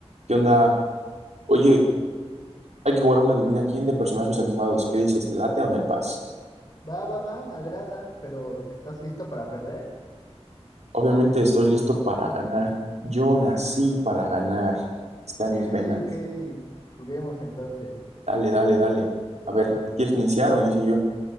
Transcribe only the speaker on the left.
Va, va, va, me agrada, pero ¿estás lista para perder?
Ok,
ok, juguemos entonces.